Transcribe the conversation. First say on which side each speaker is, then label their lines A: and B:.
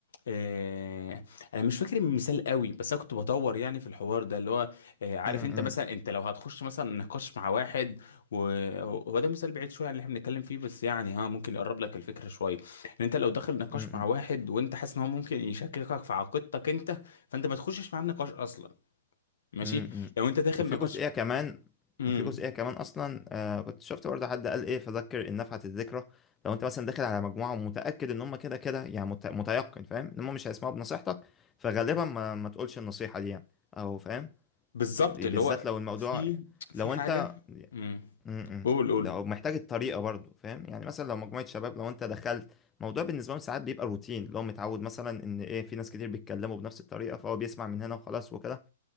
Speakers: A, on the left; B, on the left.
A: آه، انا مش فاكر المثال قوي بس انا كنت بدور يعني في الحوار ده اللي هو آه، عارف
B: امم
A: انت مثلا انت لو هتخش مثلا نقاش مع واحد وهو ده مثال بعيد شويه عن اللي احنا بنتكلم فيه بس يعني ها ممكن يقرب لك الفكره شويه ان انت لو داخل نقاش
B: امم
A: مع واحد وانت حاسس ان هو ممكن يشككك في عقيدتك انت فانت ما تخشش معاه النقاش اصلا ماشي
B: امم
A: لو انت داخل
B: وفي
A: نقاش
B: جزئية كمان
A: امم
B: وفي جزئية كمان أصلا آه كنت شفت برضه حد قال إيه فذكر إن نفعت الذكرى لو أنت مثلا داخل على مجموعة ومتأكد إن هم كده كده يعني مت- متيقن فاهم إن هم مش هيسمعوا بنصيحتك فغالبا ما, ما تقولش النصيحة دي يعني أو فاهم
A: بالظبط
B: ب-
A: اللي
B: بالذات
A: هو
B: لو الموضوع
A: في في
B: لو
A: حاجه
B: أنت
A: امم
B: امم
A: قول قول
B: ده محتاج الطريقه برضو فاهم يعني مثلا لو مجموعه شباب لو انت دخلت موضوع بالنسبه لهم ساعات بيبقى روتين لو متعود مثلا ان ايه في ناس كتير بيتكلموا بنفس الطريقه فهو بيسمع من هنا وخلاص وكده